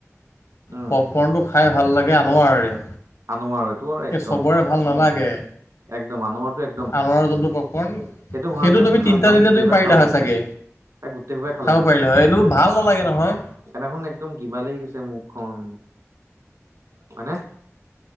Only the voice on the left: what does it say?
পপকৰ্ণটো খাই ভাল লাগে, আনোৰে
এ, চবৰে ভাল নালাগে।
আনৰ যোনটো পপকৰ্ণ
তুমি তিনিটা
দিলে
তুমি পাৰিলা
হয়
চাগে
খাব পাৰিলা হয় এইটো ভাল নালাগে নহয়